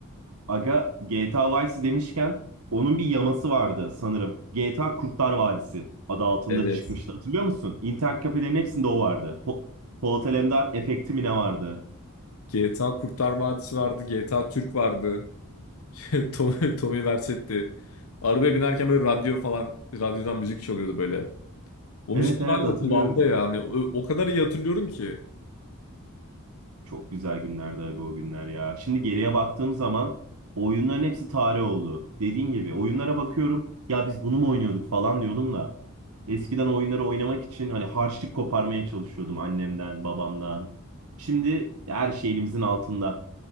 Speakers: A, on the right; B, on the left.
A: Aga GTA Vice demişken onun bir yaması vardı sanırım. GTA Kurtlar Vadisi adı altında
B: Evet.
A: çıkmıştı hatırlıyor musun? İnternet kafelerin hepsinde o vardı. Po Polat Alemdar efekti mi ne vardı?
B: GTA Kurtlar Vadisi vardı, GTA Türk vardı. <laughs> Tommy, Tommy Vercetti. Arabaya binerken böyle radyo falan, radyodan müzik çalıyordu böyle. O
A: Evet
B: müzikler
A: evet hatırlıyorum.
B: hala kulağımda yani. O, o kadar iyi hatırlıyorum ki.
A: Çok güzel günlerdi aga o günler ya. Şimdi geriye baktığım zaman o oyunların hepsi tarih oldu. Dediğin gibi oyunlara bakıyorum ya biz bunu mu oynuyorduk falan diyordum da. Eskiden oyunları oynamak için hani harçlık koparmaya çalışıyordum annemden, babamdan. Şimdi her şey elimizin altında.